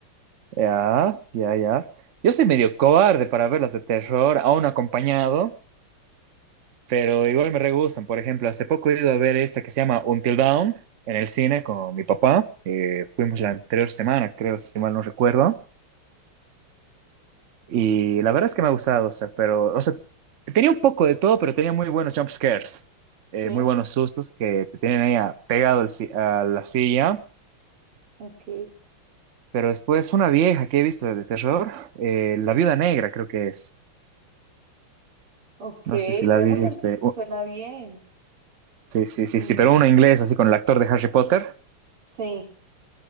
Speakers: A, on the right; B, on the right.
A: ya, ya, ya. Yo soy medio cobarde para ver las de terror, aún acompañado, pero igual me re gustan. Por ejemplo, hace poco he ido a ver esta que se llama Until Dawn en el cine con mi papá. Eh, fuimos la anterior semana, creo, si mal no recuerdo. Y la verdad es que me ha gustado, o sea, pero, o sea, tenía un poco de todo, pero tenía muy buenos jump scares, eh,
B: Sí,
A: muy buenos sustos que te tienen ahí a- pegado al si- a la silla.
B: ok,
A: Pero después una vieja que he visto de terror, eh, La Viuda Negra creo que es,
B: ok,
A: no sé si la
B: bueno,
A: viste,
B: pues
A: Uh,
B: suena bien.
A: sí, sí, sí,
B: Mm,
A: sí, pero una inglesa así con el actor de Harry Potter,
B: sí,